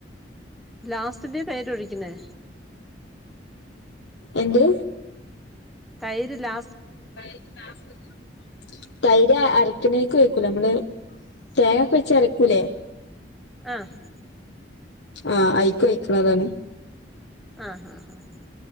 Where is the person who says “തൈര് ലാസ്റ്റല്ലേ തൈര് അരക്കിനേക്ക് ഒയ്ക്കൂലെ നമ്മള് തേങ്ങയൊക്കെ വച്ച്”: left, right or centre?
Left